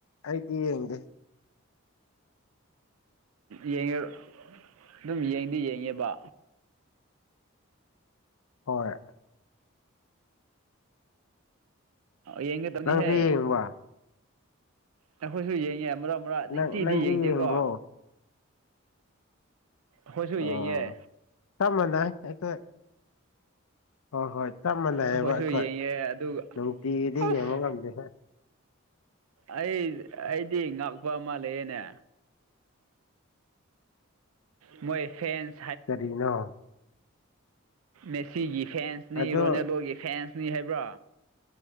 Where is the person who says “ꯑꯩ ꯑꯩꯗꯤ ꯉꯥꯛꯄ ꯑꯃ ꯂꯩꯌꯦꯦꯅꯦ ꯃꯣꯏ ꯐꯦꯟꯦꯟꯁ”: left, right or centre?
Right